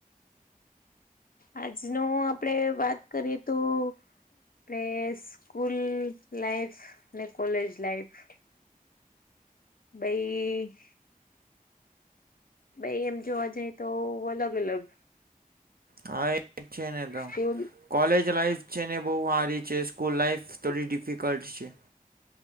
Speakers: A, on the left; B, on the right.
A: આજનો આપડે વાત કરીએ તો આપડે સ્કૂલ લાઈફસ ને કોલેજ લાઈફ. બઈ બઈ એમ જોવા જઈએ તો અલગ અલગ.
B: હા એજ છે ને તો.
A: સ્કૂલ
B: કોલેજ લાઈફ છે ને બહુ હારી છે, સ્કૂલ લાઈફ થોડી ડિફિકલ્ટ છે.